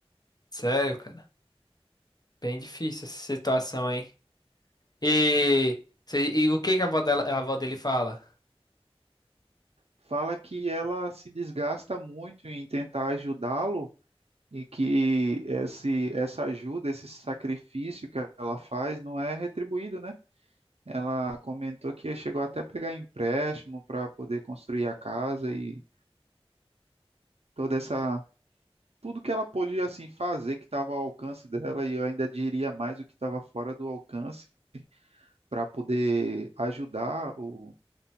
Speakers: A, on the left; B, on the right.
A: Sério, cara, bem difícil essa situação, hein? E, você- e o que que a avó dela- a avó dele fala?
B: Fala que ela se desgasta muito em tentar ajudá-lo e que esse, essa ajuda, esse sacrifício que ela faz não é retribuído, né? Ela comentou que chegou até a pegar empréstimo para poder construir a casa e toda essa tudo que ela podia assim fazer que estava ao alcance dela e eu ainda diria mais o que estava fora do alcance para poder ajudar o,